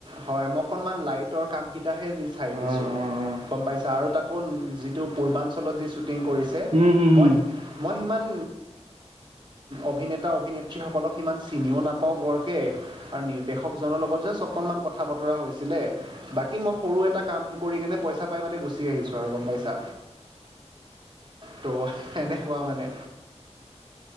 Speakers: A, on the right (about 40°); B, on the right (about 70°).
A: হয় মই অকনমান লাইটৰ কাম কেইটা হে যি চাই
B: অ',
A: দিছো
B: অ', অ',
A: গম পাইছা আৰু তাকো যিটো পূৰ্বাঞ্চলত যি চুটিং কৰিছে
B: উম, উম,
A: মই - মই সিমান অভিনেতা অভিনেত্ৰীসকলক সিমান চিনিও নাপাও বৰকৈ আৰু নিৰ্দেশকজনৰ লগত বচ, অকনমান কথা-বতৰা হৈছিলে, বাকী, মই সৰু এটা কাম কৰি কেনে পইচা পাই মানে গুচি আহিছো আৰু। গম পাইছা?
B: <inaudible>
A: ত' এনেকুৱা মানে।